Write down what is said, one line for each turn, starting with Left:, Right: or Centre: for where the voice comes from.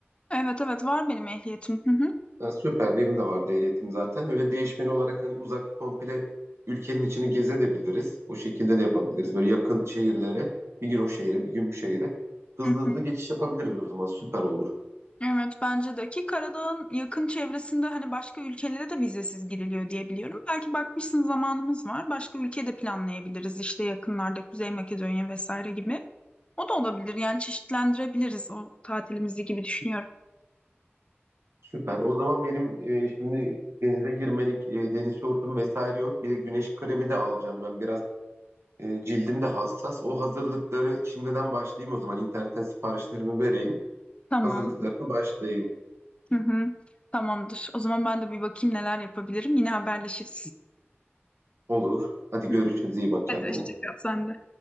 Left: Evet evet var benim ehliyetim. Hı hı.
Right: Ha, süper benim de vardı ehliyetim zaten. Öyle değişmeli olarak hani uzak komple ülkenin içini gezebiliriz. O şekilde de yapabiliriz. Böyle yakın şehirlere bir gün o şehre bir gün bu şehre. Hızlı
Left: Hı
Right: hızlı
Left: hı.
Right: geçiş yapabiliriz o zaman süper olur.
Left: Evet bence de ki Karadağ'ın yakın çevresinde hani başka ülkelere de vizesiz giriliyor diye biliyorum. Belki bakmışsın zamanımız var. Başka ülke de planlayabiliriz işte yakınlarda Kuzey Makedonya vesaire gibi. O da olabilir yani çeşitlendirebiliriz o tatilimizi gibi düşünüyorum.
Right: Süper. O zaman benim e, şimdi denize girmelik e, deniz şortum vesaire yok. Bir de güneş kremi de alacağım ben. Biraz e, cildim de hassas. O hazırlıkları şimdiden başlayayım o zaman. İnternetten siparişlerimi vereyim.
Left: Tamam.
Right: Hazırlıklarına başlayayım.
Left: Hı hı. Tamamdır. O zaman ben de bir bakayım neler yapabilirim. Yine haberleşiriz.
Right: Olur. Hadi
Left: <laughs>
Right: görüşürüz. İyi bak kendine.
Left: Hadi hoşça kal sen de.